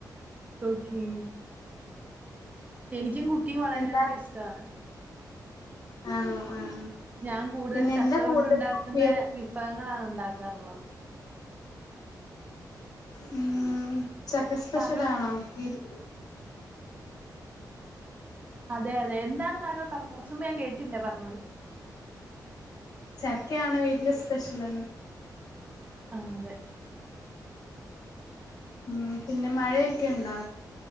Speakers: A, on the right (about 20°); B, on the left (about 60°).
A: ഇപ്പോ കുക്കിംഗ്‌ എനിക്കും കുക്കിംഗ്‌ വളരെയധികം
B: എന്താ
A: ഇഷ്ടമാണ്.
B: ആണോ? ആഹ്, ആഹ്
A: ഞാൻ കൂടുതലും
B: പിന്നെ
A: ചക്ക
B: എന്താ കൂടുതൽ
A: കൊണ്ട് ഉണ്ടാക്കുന്നെ
B: പേര്
A: വിഭവങ്ങളാണ് ഉണ്ടാക്കാറുള്ളത്.
B: ഉം ചക്ക സ്പെഷ്യൽ
A: താങ്കൾ
B: ആണോ? വിര്
A: അതെ, അതെ എന്താണ് താങ്കൾ പറഞ്ഞത് കൊർച്ചുമ്പെ ഞാൻ കേട്ടില്ല പറഞ്ഞത്.
B: ചക്കെയാണ് വീട്ടിലെ സ്പെശ്യലെന്ന്.
A: ആഹ് അതെ.
B: ഉം പിന്നെ മഴയൊക്കെ ഉണ്ടോ?